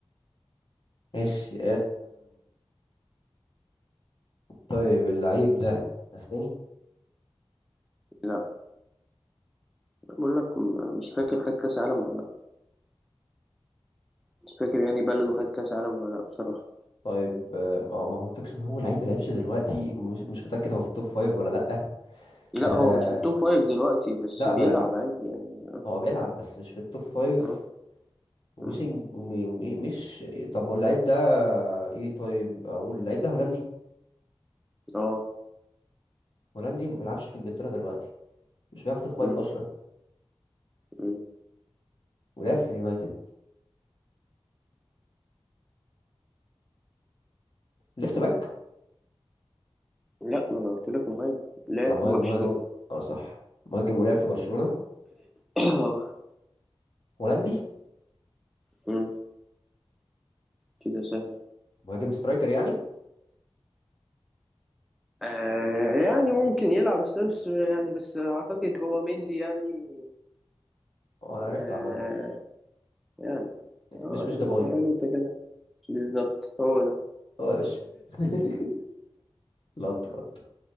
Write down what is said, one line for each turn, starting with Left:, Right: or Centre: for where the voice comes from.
Left: ماشي طيب اللعيب ده اسباني
Centre: لا بقول لك م- مش فاكر خد كاس عالم ولا لا مش فاكر يعني بلده خد كاس عالم ولا لا بصراحة
Left: طيب آه، ما ما هو الفكره ان هو لعيب ما لعبش دلوقتي ومش مش متاكد هو في التوب فايف ولا لا
Centre: لا
Left: ده
Centre: هو
Left: ده
Centre: مش في التوب فايف دلوقتي بس
Left: لا
Centre: بيلعب
Left: ما
Centre: عادي يعني
Left: هو بيلعب بس مش في التوب فايف
Centre: اه
Left: ومش
Centre: مم.
Left: إنج- وم- وم- مش طب هو اللعيب ده ايه طيب اقول اللعيب ده هولندي
Centre: آه.
Left: هولندي وما بيلعبش في انجلترا دلوقتي مش بيلعب في التوب
Centre: مم.
Left: فايف اصلا
Centre: مم.
Left: ولعب في اليونايتد ليفت باك
Centre: لا ما انا قلت لك مهاجم لعب
Left: اه مهاجم
Centre: في برشلونة
Left: مهاجم اه صح مهاجم ولعب في برشلونه
Centre: <coughs>
Left: هولندي
Centre: <clears throat> مم. كده سهلة
Left: مهاجم سترايكر يعني
Centre: آه يعني ممكن يلعب بس يعني بس اعتقد هو مينلي يعني
Left: اه انا
Centre: آه
Left: عرفت عامه
Centre: يعني اه
Left: مش مش
Centre: يعني
Left: دباي
Centre: تعالوا انت كده بالظبط هو ده
Left: اه يا باشا <laughs> لط لط